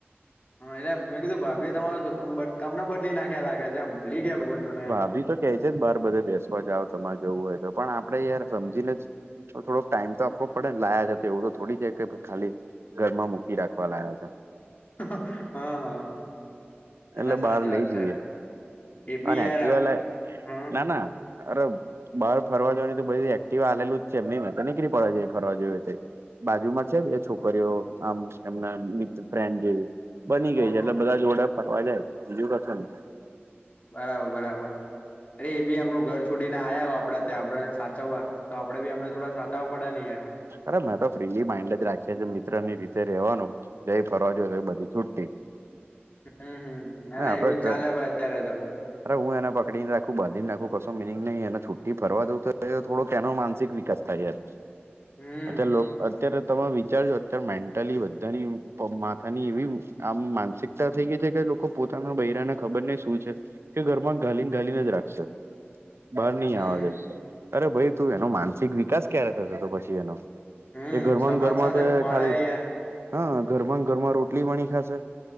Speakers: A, on the left; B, on the right.
A: હા, એટલે મેં કીધું ભાભી તમારો તમને બદલી નાખ્યા લાગ્યા છે. એમ ભૂલી ગયા બંધાને એમ.
B: એ તો કે છે જ બાર બધા દેશમાં જાઓ, તમારે જવું હોય તો. પણ આપડે યાર સમજી ને જ. તો થોડો ટાઈમ તો આપવો પડે ને. લાયા છે તો એવું તો થોડી છે કે ખાલી ઘરમાં મૂકી રાખવા લાયા છે.
A: હા, હા.
B: એટલે
A: એના સાચી
B: બહાર લઈ
A: વાત
B: જઈએ.
A: છે એ બી
B: અને
A: યાર
B: એકટીવા
A: આપ
B: લાયા,
A: હમ
B: ના ના. અરે, બહાર ફરવા જવાની તો બધી એક્ટિવા આલું જ છે એમ નહી ને? તો નીકળી પડે, જાય એ ફરવા જોઈએ. બાજુમાં છે બે છોકરીઓ, આમ એમના મિત્ર ફ્રેન્ડ જેવી. બની
A: હમ
B: ગઈ છે એટલે બધા જોડે ફરવા જાય, બીજું કશું નહી.
A: બરાબર, બરાબર. અરે એ બી એમનું ઘર છોડીને આયા હોય આપડા ત્યાં, આપને સાચવવા. તો આપડે બી અમને થોડા સાચવા પડે ને યાર.
B: અરે, મેં તો ફ્રીલી માઇન્ડે જ રાખીએ, મિત્ર ની રીતે રહેવાનું. તો જઈ ફરવા જાઓ, તો એ બધી છુટી.
A: હમ્મ, હમ્મ. ના ના,
B: આપડે
A: એવું જ ચાલે ભાઈ અત્યારે તો.
B: અરે, હું એને પકડીને રાખું, બાંધીને રાખું, કશો મિનિંગ નહીં એનો. છુટ્ટી ફરવા દઉ તો થોડો એનો માનસિક વિકાસ થાય યાર.
A: હમ
B: આજે લોક. અત્યારે તમે વિચારજો, અત્યારે મેન્ટલી બધાની માથાની એવી આમ માનસિક. તા થઈ ગઈ છે કે લોકો પોતાના બૈરાને ખબર ને શું છે. કે ઘરમાં ઘાલીને ઘાલીને જ રાખશે, બહાર નહીં
A: હમ
B: આવવા દે. અરે ભાઈ, તું એનો માનસિક વિકાસ ક્યારે થશે તો પછી એનો?
A: હમ
B: એ ઘરમાં
A: સમાજ
B: ઘરમાં
A: સાથે
B: તો
A: મળે
B: ખાલી.
A: યાર
B: હા ઘરમાં ઘરમાં રોટલી વણી ખાશે